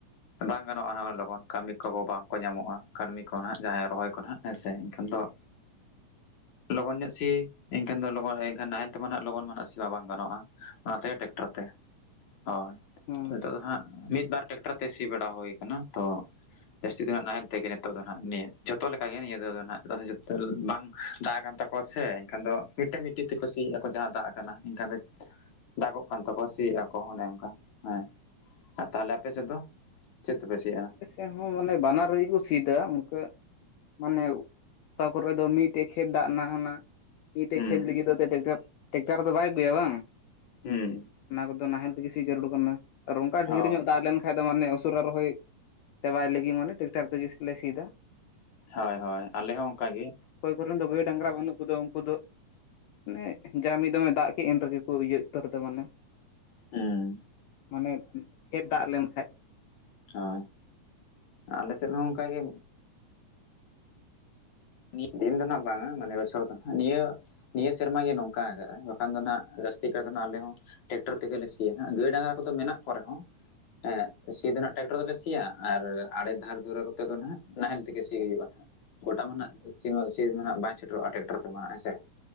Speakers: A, on the left; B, on the left.
A: ᱵᱟᱝ ᱜᱟᱱᱚᱜᱼᱟ ᱦᱚᱸᱜᱼᱚᱭ ᱞᱚᱜᱚᱱ ᱠᱟᱹᱢᱤ ᱠᱚ ᱵᱟᱝᱠᱚ ᱧᱟᱢᱚᱜᱼᱟ ᱠᱟᱹᱱᱢᱤ ᱠᱚ ᱱᱟᱦᱟᱜ ᱡᱟᱦᱟᱸᱭ ᱨᱚᱦᱚᱭ ᱠᱚ ᱱᱟᱦᱟᱜ ᱦᱮᱸᱥᱮ᱾ ᱠᱷᱟᱱᱫᱚ ᱫᱚ ᱞᱚᱜᱚᱱ ᱧᱚᱜ ᱥᱤ ᱮᱱᱠᱷᱟᱱ ᱫᱚ ᱞᱚᱜᱚᱱ ᱮᱱᱠᱷᱟᱱ ᱱᱟᱦᱮᱞ ᱛᱚᱵᱮ ᱱᱟᱦᱟᱜ ᱞᱚᱜᱚᱱ ᱢᱟ ᱱᱟᱦᱟᱜ ᱥᱤᱢᱟ ᱵᱟᱝ ᱜᱟᱱᱚᱜᱼᱟ ᱚᱱᱟᱛᱮ ᱴᱮᱠᱴᱟᱨ ᱛᱮ ᱦᱳᱭ
B: ᱦᱚᱸ
A: ᱱᱤᱛᱚᱜ ᱫᱚ ᱦᱟᱸᱜ ᱢᱤᱫᱵᱟᱨ ᱴᱮᱠᱠᱴᱟᱨ ᱛᱮ ᱥᱤ ᱵᱟᱲᱟ ᱦᱩᱭ ᱠᱟᱱᱟ ᱛᱚ ᱡᱟᱹᱥᱛᱤ ᱫᱚᱜ ᱱᱟᱦᱮᱞ ᱛᱮᱜᱮ ᱱᱤᱛᱚᱜ ᱫᱚ ᱦᱟᱜ ᱱᱤᱭᱟᱹ ᱡᱚᱛᱚ ᱞᱮᱠᱟᱜᱮ ᱱᱤᱭᱟᱹ ᱫᱚ ᱱᱟᱜ ᱪᱮᱫᱟᱜ ᱥᱮ ᱵᱟᱝ ᱫᱟᱜ ᱠᱟᱱ ᱛᱟᱠ ᱠᱚᱥᱮ ᱮᱱᱠᱷᱟᱱ ᱫᱚ ᱢᱤᱫᱴᱮᱱ ᱢᱤᱫᱴᱤᱡ ᱛᱮ ᱠᱩᱥᱤᱭᱟᱜᱼᱟ᱾ ᱠᱚ ᱡᱟᱦᱟᱸ ᱫᱟᱜ ᱠᱟᱱᱟ ᱮᱱᱠᱷᱟᱱ ᱫᱚ ᱫᱟᱜᱚᱜ ᱠᱟᱱ ᱛᱟᱠᱚᱣᱟ ᱥᱤᱭᱮᱜ ᱟᱠᱚ ᱚᱱᱮ ᱚᱝᱠᱟ᱾ ᱦᱮᱸ ᱟᱨ ᱛᱟᱦᱞᱮ ᱟᱯᱮ ᱥᱮᱫ ᱫᱚ ᱪᱮᱫ ᱛᱮᱯᱮ ᱥᱤᱭᱟᱹᱜᱼᱟ?
B: ᱮᱱᱦᱚᱸ ᱢᱟᱱᱮ ᱵᱟᱱᱟᱨ ᱨᱮᱜᱮ ᱠᱚ ᱥᱤᱫᱟ ᱚᱝᱠᱟ ᱢᱟᱱᱮ ᱚᱠᱟ ᱠᱚᱨᱮ ᱫᱚ ᱢᱤᱫᱴᱮᱜ ᱠᱷᱮᱛ ᱫᱟᱜ ᱱᱟ ᱚᱱᱟ ᱢᱤᱫᱴᱮᱜ
A: ᱦᱩᱸ
B: ᱠᱷᱮᱛ ᱞᱟᱜᱤᱫᱚ ᱛᱮ ᱴᱮᱠᱴᱟᱨ ᱴᱮᱠᱴᱟᱨ ᱫᱚ ᱵᱟᱭ ᱟᱜᱩᱭᱟ ᱵᱟᱝ᱾
A: ᱦᱩᱸ
B: ᱚᱱᱟ ᱠᱚᱫᱚ ᱱᱟᱦᱮᱞ ᱛᱮᱜᱮ ᱥᱤ ᱡᱟᱹᱨᱩᱲ ᱠᱟᱱᱟ ᱟᱨ ᱚᱝᱠᱟ
A: ᱦᱳᱭ
B: ᱰᱷᱮᱨ ᱧᱚᱜ ᱫᱟᱜ ᱞᱮᱱᱠᱷᱟᱱ ᱫᱚ ᱢᱟᱱᱮ ᱩᱥᱟᱹᱨᱟ ᱨᱚᱦᱚᱭ ᱪᱟᱵᱟᱭ ᱞᱟᱜᱤ ᱢᱟᱱᱮ ᱴᱤᱠᱴᱟᱨ ᱛᱮᱜᱮ ᱥᱤ ᱞᱮ ᱥᱤᱭᱫᱟ᱾
A: ᱦᱳᱭ ᱦᱳᱭ ᱟᱞᱮ ᱦᱚᱸ ᱚᱝᱠᱟ ᱜᱮ᱾
B: ᱚᱠᱚᱭ ᱠᱚᱨᱮᱱ ᱫᱚ ᱜᱟᱹᱭ ᱰᱟᱝᱨᱟ ᱵᱟᱹᱱᱩᱜ ᱠᱚᱫᱚ ᱩᱝᱠᱩ ᱫᱚ ᱢᱟᱱᱮ ᱡᱟ ᱢᱤᱫ ᱫᱚᱢᱮ ᱫᱟᱜ ᱠᱮᱫ ᱮᱱ ᱨᱮᱜᱮ ᱠᱚ ᱤᱭᱟᱹ ᱩᱛᱟᱹᱨ ᱫᱟ ᱢᱟᱱᱮ᱾
A: ᱦᱩᱸ
B: ᱢᱟᱱᱮ ᱠᱷᱮᱫ ᱫᱟᱜ ᱞᱮᱱᱠᱷᱟᱡ᱾
A: ᱦᱚᱸᱭ ᱟᱞᱮ ᱥᱮᱫ ᱦᱚᱸ ᱚᱝᱠᱟᱜᱮ᱾ ᱱᱤ ᱫᱤᱱ ᱫᱚ ᱱᱟᱦᱟᱜ ᱵᱟᱝᱼᱟ ᱢᱟᱱᱮ ᱵᱚᱪᱷᱚᱨ ᱫᱚ ᱱᱟᱦᱟᱜ ᱱᱤᱭᱟᱹ ᱱᱤᱭᱟᱹ ᱥᱮᱨᱢᱟ ᱜᱮ ᱱᱚᱝᱠᱟᱣ ᱠᱟᱜᱼᱟ, ᱵᱟᱠᱷᱟᱱ ᱫᱚ ᱱᱟᱦᱟᱜ ᱡᱟᱹᱛᱤ ᱠᱟᱭ ᱫᱚ ᱟᱞᱮ ᱦᱚᱸ ᱴᱮᱠᱴᱚᱨ ᱛᱮᱜᱮᱞᱮ ᱥᱤᱭᱟ ᱦᱟᱸᱜ ᱜᱟᱹᱭ ᱰᱟᱝᱨᱟ ᱠᱚᱫᱚ ᱢᱮᱱᱟᱜ ᱠᱚ ᱨᱮᱦᱚᱸ ᱦᱮᱸ ᱥᱤ ᱫᱚ ᱱᱟᱦᱟᱜ ᱴᱮᱠᱴᱚᱨ ᱛᱮᱞᱮ ᱥᱤᱭᱟ ᱟᱨ ᱟᱲᱮ ᱫᱷᱟᱨᱮ ᱫᱷᱩᱨᱟᱹ ᱠᱟᱛᱮ ᱫᱚ ᱱᱟᱦᱟᱜ ᱱᱟᱦᱮᱞ ᱛᱮᱜᱮ ᱥᱤ ᱦᱩᱭᱩᱜᱼᱟ᱾ ᱜᱚᱴᱟ ᱢᱟ ᱦᱟᱸᱜ ᱥᱤ ᱥᱤ ᱫᱚ ᱱᱟᱦᱟᱜ ᱵᱟᱭ ᱥᱮᱴᱮᱨᱚᱜᱼᱟ ᱴᱨᱟᱠᱴᱟᱨ ᱛᱮᱢᱟ ᱦᱮᱸ ᱥᱮ᱾